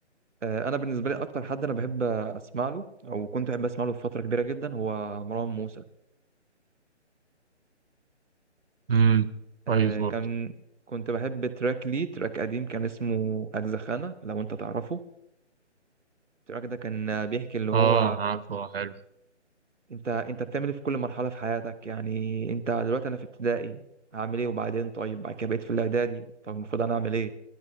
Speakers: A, on the right (about 80°); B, on the right (about 55°).
A: آه، انا بالنسبه لي اكتر حد انا بحب اسمع له او كنت بحب اسمع له في فتره كبيره جدا هو مروان موسى
B: امم كويس
A: آه،
B: برضه
A: كان كنت بحب تراك ليه تراك قديم كان اسمه اجزخانه لو انت تعرفه التراك ده كان بيحكي اللي هو
B: آه عارفه حلو
A: انت انت بتعمل ايه في كل مرحله في حياتك يعني انت دلوقتي انا في ابتدائي هعمل ايه وبعدين طيب بعد كده بقيت في الاعدادي طب المفروض انا اعمل ايه